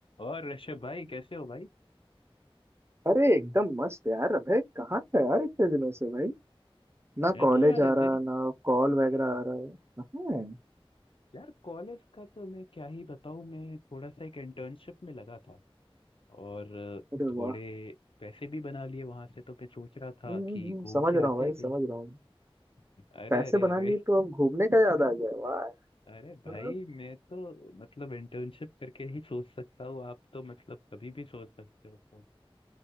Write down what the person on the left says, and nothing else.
और ऋषभ भाई कैसे हो भाई
मैं
तो यार इधर
ही
यार कॉलेज का तो मैं क्या ही बताऊं मैं थोड़ा सा एक इंटर्नशिप में लगा था और अ,
थोड़े पैसे भी बना लिए वहां से तो मैं सोच रहा था
कि
घूम
के
आते
हैं कहीं
अरे
अरे
अरे
अरे भाई
मैं तो मतलब इंटर्नशिप करके ही सोच सकता हूँ आप तो मतलब कभी भी सोच सकते हो तो